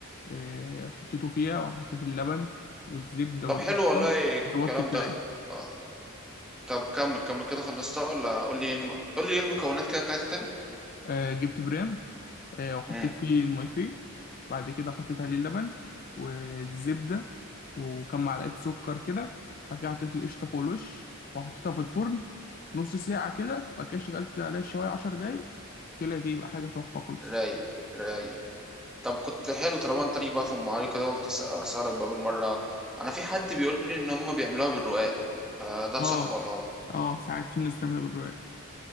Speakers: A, on the left; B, in the centre.
A: آه، حطيته فيها وحطيت اللبن والزبدة والقشطة
B: طب حلو والله الكلام
A: ظبطت الكلام
B: ده آه. طب كمل كمل كده خلصتها ولا قول لي إيه الم... قول لي ايه المكونات كده بتاعتها تاني
A: آه، جبت برام آه، وحطيت
B: امم
A: فيه المايفيه بعد كده حطيت عليه اللبن والزبدة وكم معلقة سكر كده بعد كده حطيت القشطة فوق الوش وحطيتها في الفرن نص ساعة كده بعد كده شغلت عليها الشواية عشر دقايق طلعت ايه بقى حاجة تحفة خالص
B: رايق رايق طب كنت حلو طالما انت ليك بقى في ام علي كده قلت أس- اسالك بقى بالمره انا في حد بيقول لي ان هم بيعملوها بالرقاق فده
A: اه
B: صح ولا غلط
A: اه ساعات في الناس بتعملها بالرواق